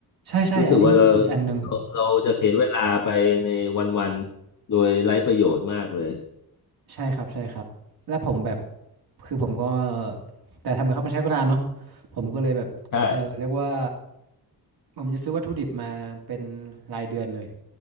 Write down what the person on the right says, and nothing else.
ใช่ใช่อันนี้อีกอันหนึ่ง
ใช่ครับใช่ครับแล้วผมแบบคือผมก็แต่ทำกับข้าวมันใช้เวลาเนาะผมก็เลยแบบเออเรียกว่า
ผมจะซื้อวัตถุดิบมาเป็นรายเดือนเลย